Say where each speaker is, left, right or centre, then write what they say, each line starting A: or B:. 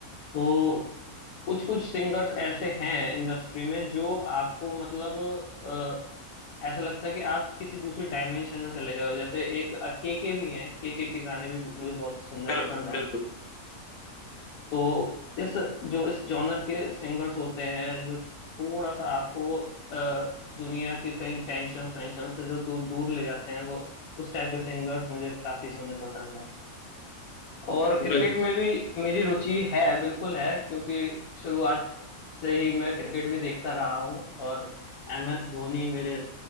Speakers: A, on the left; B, on the left.
A: तो कुछ कुछ सिंगर्स ऐसे हैं इंडस्ट्री में जो आपको मतलब अ, ऐसा लगता है कि आप किसी दूसरी डायमेंशन में चले गए हो जैसे एक केके भी हैं केके के गाने भी मुझे बहुत सुनने
B: बिल्कुल
A: पसंद हैं
B: बिल्कुल
A: तो इस जो इस जॉनर के सिंगर्स होते हैं जो थोड़ा सा आपको अ, दुनिया के कई टेंशन वेंशन से जो तो दूर ले जाते हैं वो उस टाइप के सिंगर्स मुझे काफी सुनने पसंद है और
B: बिल्कुल
A: क्रिकेट में भी मेरी रुचि है बिल्कुल है क्योंकि शुरुआत से ही मैं क्रिकेट भी देखता रहा हूँ और एम एस धोनी मेरे